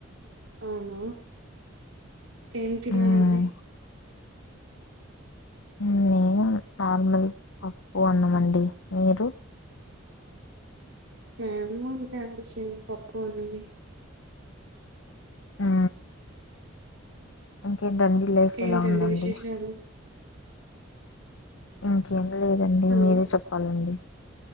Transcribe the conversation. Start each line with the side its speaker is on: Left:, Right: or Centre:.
Right: అవునా ఏం తిన్నారండి
Left: ఉమ్ నేను నార్మల్ పప్పు అన్నమండి మీరు
Right: మేము అంతే అండి సేమ్ పప్పు అన్నమే
Left: ఆ ఏంటండి లైఫ్
Right: ఏంటండి
Left: ఎలా ఉందండి
Right: విశేషాలు
Left: ఇంకేం లేదండి
Right: హలో
Left: మీరే చెప్పాలండి